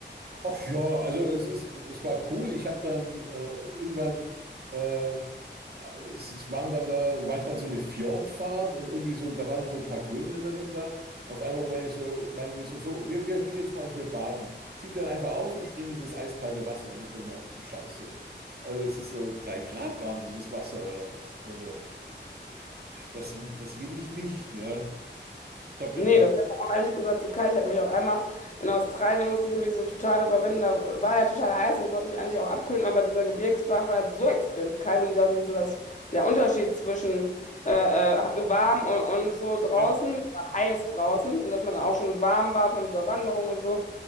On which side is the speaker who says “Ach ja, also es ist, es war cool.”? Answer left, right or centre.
Right